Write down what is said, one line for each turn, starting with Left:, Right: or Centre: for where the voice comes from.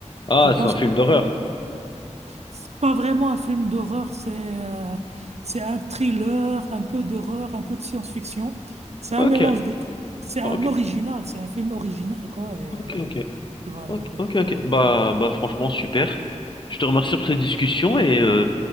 Left: Ah,
Right: je pense.
Left: c'est un film d'horreur.
Right: C'est pas vraiment un film d'horreur, c'est euh, c'est un thriller, un peu d'horreur, un peu de science-fiction. C'est un
Left: Ok,
Right: mélange de tout. C'est un
Left: ok,
Right: original, c'est un film original, quoi. Et
Left: ok, ok,
Right: tu vas adorer,
Left: ok, ok,
Right: tu
Left: ok.
Right: vas. adorer.
Left: Bah, bah, franchement, super. Je te remercie pour cette discussion et, euh,